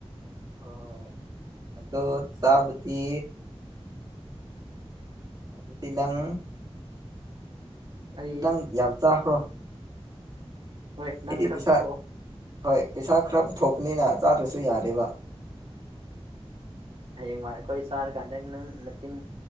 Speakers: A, on the right; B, on the right.
A: ꯍꯣꯏ ꯑꯗꯣ ꯆꯥꯕꯗꯤ ꯑꯗꯨꯗꯤ ꯅꯪ ꯑꯗꯨꯗꯤ
B: ꯑꯩ
A: ꯅꯪ ꯌꯥꯝ ꯆꯥꯈ꯭ꯔꯣ
B: ꯍꯣꯏ ꯅꯪ
A: ꯑꯩꯗꯤ
B: ꯈꯔ
A: ꯄꯩꯁꯥ
B: ꯄꯨꯊꯣꯛꯑꯣ
A: ꯍꯣꯏ ꯄꯩꯁꯥ ꯈꯔ ꯄꯨꯊꯣꯛ ꯄꯨꯅꯤꯅ ꯆꯥꯗ꯭ꯔꯁꯨ ꯌꯥꯔꯦꯕ
B: ꯍꯌꯦꯡꯋꯥꯏ ꯑꯩꯈꯣꯏ ꯆꯥꯔꯀꯥꯟꯗꯪ ꯅꯪ ꯇꯤꯟ